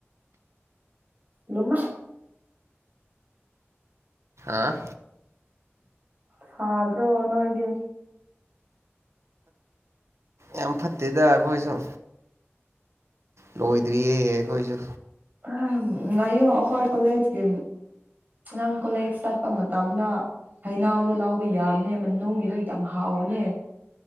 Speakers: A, on the right; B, on the right.
A: ꯂꯨꯃꯦ
B: ꯑꯥꯝ
A: ꯁꯥꯗ꯭ꯔꯣ ꯅꯣꯏꯗꯤ
B: ꯌꯥꯝ ꯐꯠꯇꯦꯗ ꯑꯩꯈꯣꯏꯁꯨ ꯂꯣꯏꯗ꯭ꯔꯤꯌꯦ ꯑꯈꯣꯏꯁꯨ
A: ꯎꯝ ꯉꯥꯏꯌꯣ ꯑꯩꯈꯣꯏ ꯀꯣꯂꯦꯖꯀꯤ ꯅꯪ ꯀꯣꯂꯦꯖ ꯆꯠꯄ ꯃꯇꯝꯗ ꯍꯅꯥꯎꯗꯣ ꯂꯥꯎꯕ ꯌꯥꯝꯅꯦ ꯃꯅꯨꯡꯒꯤꯗꯣ ꯌꯥꯝ ꯍꯥꯎꯕꯅꯦ꯫